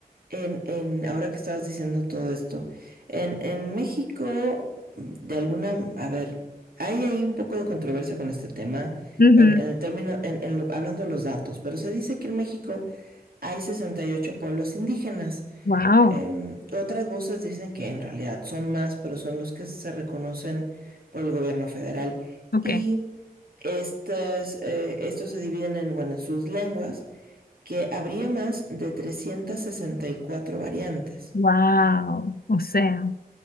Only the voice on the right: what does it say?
En, en, ahora que estabas diciendo todo esto, en, en México, de alguna, a ver, hay ahí un poco de controversia con este tema,
en, en el término, en, en lo- hablando de los datos, pero se dice que en México hay 68 pueblos indígenas.
Em, otras voces dicen que en realidad son más, pero son los que se reconocen por el gobierno federal.
Y estas, eh, estos se dividen en, bueno, en sus lenguas que habría más de 364 variantes.